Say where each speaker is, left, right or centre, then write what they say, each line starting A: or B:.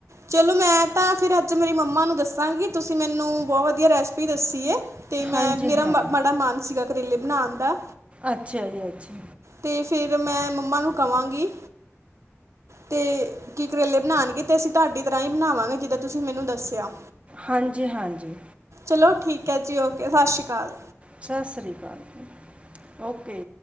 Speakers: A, on the right; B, on the right.
A: ਚਲੋ ਮੈਂ ਤਾਂ ਫੇਰ ਅੱਜ ਮੇਰੀ ਮੰਮਾ ਨੂੰ ਦੱਸ ਦੱਸਾਂਗੀ ਤੁਸੀਂ ਮੈਨੂੰ ਬਹੁਤ ਵਧੀਆ ਰੈਸਪੀ ਦੱਸੀ ਏ ਤੇ
B: ਹਾਂਜੀ
A: ਮੈਂ ਮੇਰਾ
B: ਹਾਂ
A: ਬੜਾ ਮਨ ਸੀਗਾ। ਕਰੇਲੇ ਬਣਾਉਣ ਦਾ,
B: ਅੱਛਾ ਜੀ ਅੱਛਾ।
A: ਤੇ ਫਿਰ ਮੈਂ ਮੰਮਾ ਨੂੰ ਕਵਾਂਗੀ। ਤੇ ਕੀ ਕਰੇਲੇ ਬਣਾਉਣਗੇ ਤੇ ਅਸੀਂ ਤੁਹਾਡੀ ਤਰ੍ਹਾਂ ਹੀ ਬਣਾਵਾਂਗੇ ਜਿੱਦਾਂ ਤੁਸੀਂ ਮੈਨੂੰ ਦੱਸਿਆ।
B: ਹਾਂਜੀ ਹਾਂਜੀ।
A: ਚਲੋ ਠੀਕ ਹੈ ਜੀ ਓਕੇ ਸਤਿ ਸ਼੍ਰੀ ਅਕਾਲ।
B: ਸਤਿ ਸ਼੍ਰੀ ਅਕਾਲ ਓਕੇ।